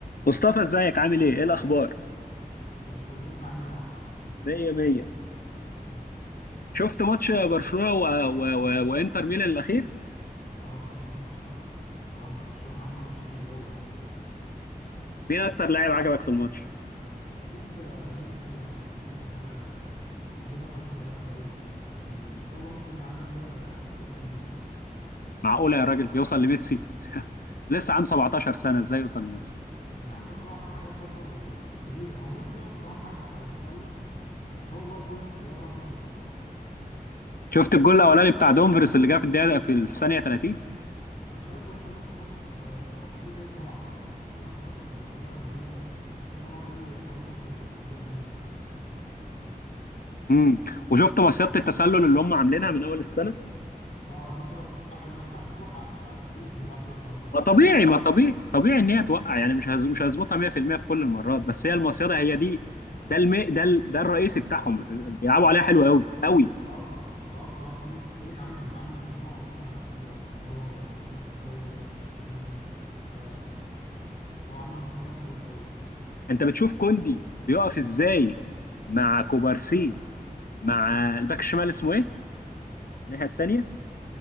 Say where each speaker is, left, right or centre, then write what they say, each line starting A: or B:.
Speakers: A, on the left (about 70°); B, on the left (about 50°).
A: مصطفى ازيك عامل ايه؟ ايه الاخبار؟
B: زي الفل انت عامل ايه يا عمرو؟
A: مية مية شفت ماتش برشلونة و... و... و... وانتر ميلان الاخير؟
B: اه كان حته ماتش تحفه الصراحه برشلونه عمل ماتش جامد قوي
A: مين اكتر لاعب عجبك في الماتش؟
B: اكيد آه، لامين يامال يعني لامين يامال ده حاجه موهبه فذه جامده قوي الصراحه يعني ان شاء الله ممكن يعدي كده يوصل لميسي
A: معقولة يا راجل يوصل لميسي؟ لسه عنده 17 سنة ازاي يوصل لميسي؟
B: يا عم بس هو عمل حاجات برضو آه، كبيره هو ميسي اه الصراحه محدش هيوصل له بس هو برضو ايه بيقرب منه شويه
A: شفت الجول الاولاني بتاع دومفريس اللي جه في الدقيقة في الثانية 30؟
B: انا مش عارف برشلونه بتخطف آه، بتخطف ليه كده بسرعه يعني برشلونه بتخطف بطريقه غريبه كذا مره يجي حوار جون في الدقيقه الاولى دي
A: امم وشفت مصيدة التسلل اللي هم عاملينها من اول السنة؟
B: اه دي صراحه حلو بس ساعات بتوقع يعني ساعات فيليك بيقع فيها الحوار ده
A: ما طبيعي
B: يعني ساعات
A: ما طبيعي طبيعي ان هي توقع يعني مش هز... مش هظبطها 100% في المية في كل المرات بس هي المصيدة هي دي ده الم... ده ال... ده الرئيسي بتاعهم بيلعبوا عليها حلو قوي قوي
B: اه الص- اه الصراحه فيليك فيليك عامل عامل منظومه مع برشلونه حلوه قوي يعني هو ممكن ياخد دوري وياخد شامبيون ف هو عامل فرقه كويسه قوي
A: انت بتشوف كوندي بيقف ازاي مع كوبارسي مع الباك الشمال اسمه ايه الناحيه التانيه
B: بس